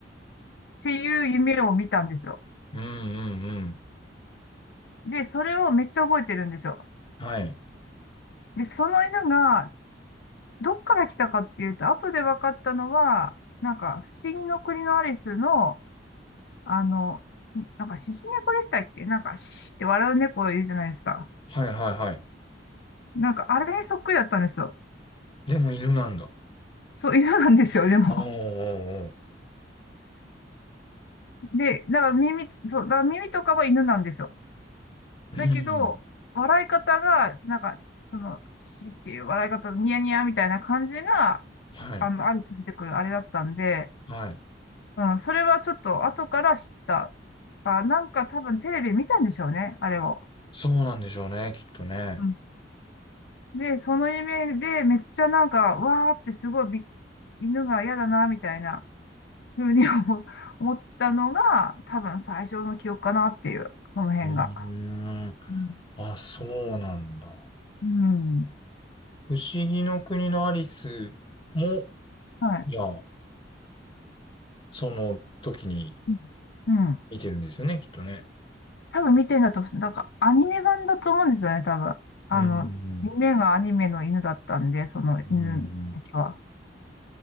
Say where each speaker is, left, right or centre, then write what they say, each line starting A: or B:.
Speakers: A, on the left; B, on the left.
A: ていう夢を見たんですよ。
B: うん、うん、うん。
A: で、それをめっちゃ覚えてるんですよ。
B: はい。
A: で、その犬が、どっから来たかっていうと、後で分かったのは、なんか、不思議の国のアリスの、あの、なんか、獅子猫でしたっけなんか、シーって笑う猫いるじゃないですか。
B: はいはいはい。
A: なんか、あれにそっくりだったんですよ。
B: でも犬なんだ。
A: そう、犬なんですよ、でも。
B: おーおーおー。
A: で、だから耳、そう、だから耳とかは犬なんですよ。
B: うんん。
A: だけど、笑い方が、なんか、その、しっていう笑い方、ニヤニヤみたいな感じが、
B: はい。
A: あの、アリス出てくるあれだったんで、
B: はい。
A: うん、それはちょっと後から知った。あ、なんか多分テレビ見たんでしょうね、あれを。
B: そうなんでしょうね、きっとね。
A: うんで、その夢でめっちゃなんか、わーってすごいび犬が嫌だな、みたいな風に思思ったのが、多分最初の記憶かなっていう、その辺が。
B: うーん。
A: うん。
B: あ、そうなんだ。
A: うん
B: 不思議の国のアリスも、
A: はい。
B: いや、その時に
A: うん。うん
B: 見てるんですよね、きっとね。
A: 多分見てんだと思う。なんかアニメ版だと思うんですよね、多分。あの、
B: うん。
A: 夢がアニメの犬だったんで、その犬だけは。
B: うん。